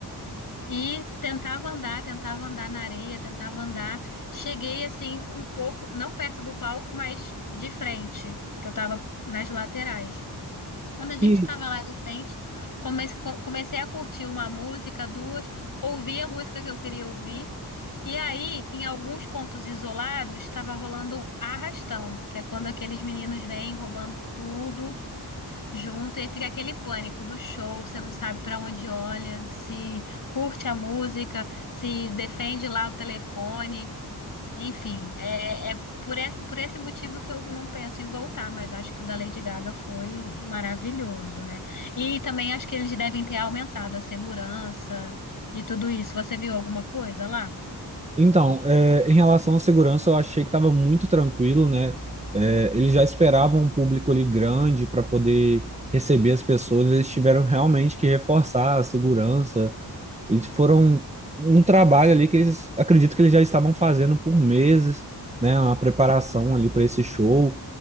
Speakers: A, on the left (about 50°); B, on the right (about 15°).
A: E tentava andar, tentava andar na areia, tentava andar. Cheguei assim um pouco, não perto do palco, mas de frente, que eu tava nas laterais. Quando a gente
B: E,
A: estava lá de frente, comece- co- comecei a curtir uma música, duas, ouvi a música que eu queria ouvir. E aí, em alguns pontos isolados, estava rolando um arrastão, que é quando aqueles meninos vêm roubando tudo junto e fica aquele pânico do show, você não sabe para onde olha, se curte a música, se defende lá o telefone, enfim, é, é por esse, por esse motivo que eu não penso em voltar, mas acho que o da Lady Gaga foi maravilhoso, né? E também acho que eles devem ter aumentado a segurança e tudo isso. Você viu alguma coisa lá?
B: então, é, em relação à segurança, eu achei que estava muito tranquilo, né? É, eles já esperavam um público ali grande para poder receber as pessoas, eles tiveram realmente que reforçar a segurança, E foram um trabalho ali que eles acredito que eles já estavam fazendo por meses, né? Uma preparação ali para esse show.